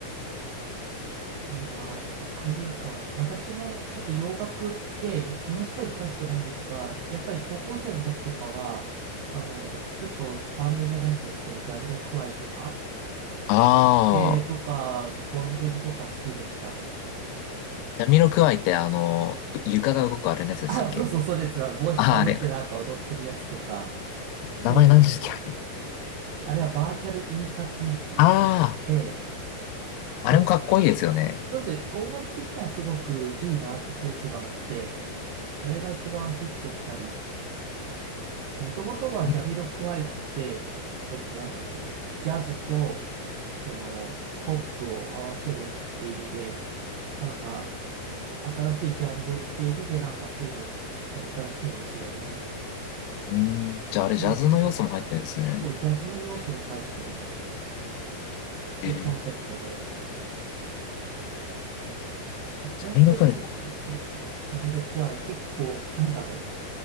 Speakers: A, on the right (about 80°); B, on the left (about 85°).
A: あいいなあ、そっか、クイーンか。私もちょっと洋楽ってものすごい詳しくないんですが、やっぱり高校生の時とかは、あの、ちょっとバンドじゃないんですけど、ジャミロクワイとか、
B: ああ、
A: えー、とか、ボンジョビとか好きでした。
B: ジャミロクワイってあの、床が動くあれのやつですっけ
A: <laughs> あ、そうそう、そうです。帽子かぶってなんか踊ってるやつとか、
B: ああー、あれ。
A: そうなんですよ。
B: 名前なんですっけあれ。
A: あれはバーチャルインサティニティ。
B: あ
A: ええ。そう、
B: あ、あれもかっこいいですよね。
A: そうですね。音楽的にはすごくいいなってセンスがあって、あれが一番ヒットしたり、もともとはジャミロクワイって、
B: ジャミロ
A: えっと、なんだっけ、ジャズと、その、ポップを合わせるって意味で、なんか、新しいジャンルって意味で、なんかそういうのやったらしいんですよね。
B: うーん、じゃああれジャズの要素も入ってるんですね。
A: そういうコンセプトが、そう、ジャズの要素も入ってるらしいんですよ。というコンセプトで、
B: えー、
A: そう、ボンジョビとか、
B: ジャミロクエ。イ、
A: そうそう、ジャミロクワイ結構、なんだろ